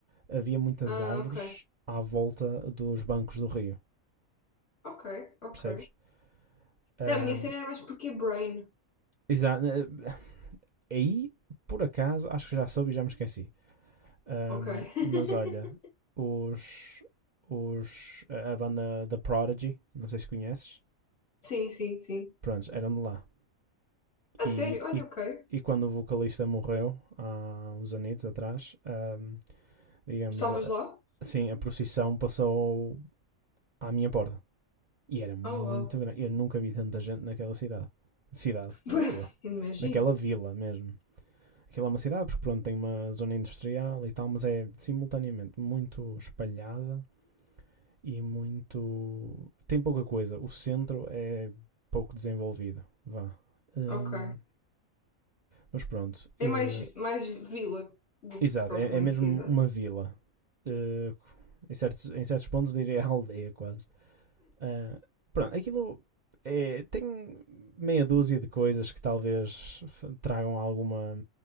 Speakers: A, on the right; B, on the left.
A: havia muitas
B: Ah,
A: árvores
B: ok,
A: à volta dos bancos do rio,
B: ok, ok.
A: percebes? Ah,
B: Não, a minha cena era mais porque é Brain,
A: exa- eh, aí, por acaso, acho que já soube e já me esqueci. Ahm,
B: ok. <laughs>
A: mas olha, os, os, a banda The Prodigy, não sei se conheces,
B: Sim, sim, sim.
A: pronto, eram de lá.
B: A
A: E,
B: sério, olha,
A: e,
B: ok.
A: e quando o vocalista morreu, há uns anos atrás, ahm, digamos,
B: Estavas lá?
A: assim, a procissão passou à minha porta. E era muito
B: Oh, uau.
A: grande. Eu nunca vi tanta gente naquela cidade. Cidade, vila.
B: Pois, Imagino.
A: Naquela vila mesmo. Aquilo é uma cidade porque, pronto, tem uma zona industrial e tal, mas é simultaneamente muito espalhada e muito. tem pouca coisa. O centro é pouco desenvolvido. Vá. Hum,
B: Ok.
A: mas pronto. eh,
B: É mais, mais vila do
A: exato,
B: que propriamente
A: é, é mesmo
B: cidade.
A: uma vila. Eh, em, certos, em certos pontos diria <laughs> aldeia quase. Ah, pronto, aquilo é, tem meia dúzia de coisas que talvez tragam alguma